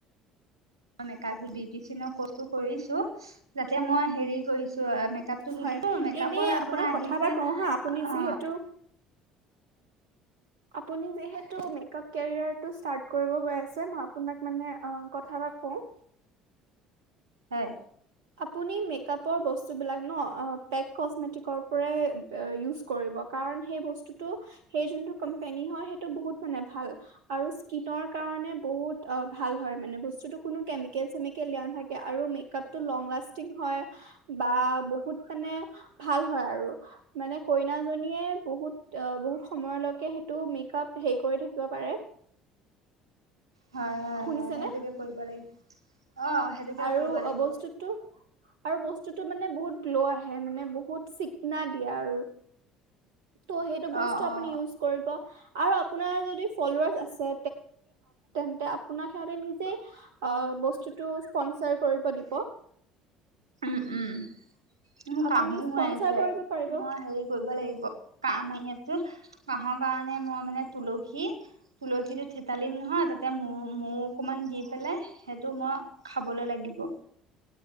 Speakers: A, on the right; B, on the right.
A: মই মেকাপ বিউতিচিয়ানৰ কৰ্চ টো কৰিছো যাতে মই হেৰি কৰিছো। মেকআপটো শিকিছো
B: হয়,
A: মেকআপত
B: এনে
A: আপোনাৰ
B: আপোনাক
A: আহিছে
B: কথা এটা কওঁ হা আপুনি
A: অ
B: যিহেতু আপুনি যিহেতু মেকআপ কেৰিয়াৰটো স্তাৰ্ত কৰিব গৈ আছে মই আপোনাক মানে অঁ কথা এটা কওঁ-
A: হয়
B: আপুনি মেকাপৰ বস্তুবিলাক ন্ আহ্ পেক কস্মেটিকৰ পৰাই ইউজ কৰিব, কাৰণ সেই বস্তুটো সেই যোনটো কোম্পানীৰ, হয়। সেইটো বহুত মানে ভাল আৰু স্কিনৰ কাৰণে বহুত অ্ ভাল হয় মানে বস্তুটো কোনো কেমিকেল-চেমিকেল দিয়া নাথাকে আৰু মেকাপটো লংলাচটিঙ হয়। বা বহুত মানে ভাল হয় আৰু মান কইনা জনীয়ে বহুত সময়লৈকে হেৰি কৰি থাকিব পাৰে
A: হয় হয়
B: শুনিছেনে
A: হয় সেইটোকে কৰিব লাগিব। অ সেইটোকে
B: আৰু
A: কৰিব লাগিব
B: বস্তুটো আৰু বস্তু বস্তুোটো মানে বহুত ল' আহে মানে বহুত চি না দিয়া আৰু ত' সেইটো বস্তু
A: অ
B: আপুনি
A: অ
B: ইউজ কৰিব। আৰব আপোনাৰ যদি ফলৱাৰ্চ আছে। তেন্তে আপোনাক সিহঁতে নিজে বস্তুটো স্পনচাৰ কৰিব দিব।
A: উম উম মোৰ
B: আপুনি
A: কাহো
B: স্পনচাৰ
A: হৈ আছে
B: কৰিব পাৰিব
A: মই হেৰি কৰিব লাগিব কাম আহি আছে কাহক কাৰণে মই মানে তুলসী তুলসীটো থেতালিম নহয় তাতে মৌ, মৌ অকমান দি পেলাই সেইটো মই খাবলৈ লাগিব।